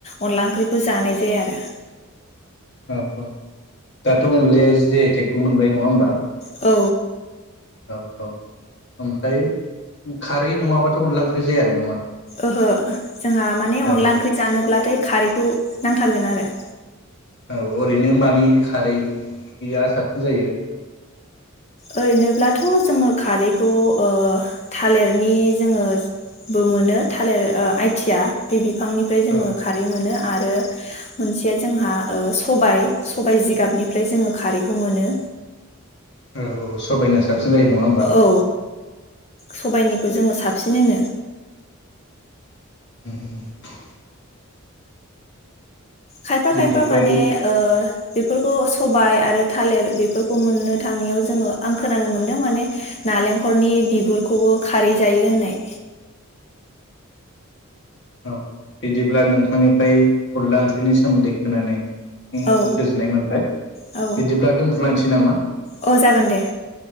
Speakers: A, on the left (about 30°); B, on the left (about 55°).
A: अनला ओंख्रिखौ जानाय जाया आरो
B: औ दाथ अनलाया जि आइ टेक बो मोनबाय नङा होमबा
A: औ
B: औ औ ओमफ्राय खारै नङाबाथ अनला ओंख्रि जाय ना
A: ओहो जोंहा माने अनला
B: औ
A: ओंख्रि जानोब्लाथाय खारैखौ नांथारगोन आरो
B: औ ओरैनो मानि खारैया साबसिन जायो
A: ओरैनोब्लाथ जोङो खारैखौ ओ थालिरनि जोङो बो मोनो थालिर आइथिया बे बिफांनिफ्राय जोङो
B: औ
A: खारै मोनो आरो मोनसेया जोंहा सबायाइ सबायाइ जिगाबनिफ्राय जोङो खारैखौ मोनो
B: औ ओ सबायना साबसिन जायो नङा होमबा
A: औ सबायनिखौ जोङो सा साबसिनो।
B: <inaudible>
A: खायफा
B: बेनिफ्राय
A: खायबा माने ओ। बेफोरखौ सबाय आरो थालिर बेफोरखौ मोननो थांनायाव जोङो आं खोनानो मोनदों माने नालेंखलनि बिगुरखौबो खारै जायो होननाय।
B: औ बिदिब्ला नोंथांनिफ्राय अनला ओंख्रिनि सोमोन्दै खोनानाय।
A: औ
B: गोजोननाय मोनबाय
A: औ
B: बिदिब्ला दोन्थलायनोसै। सै नामा।
A: औ जागोन दे।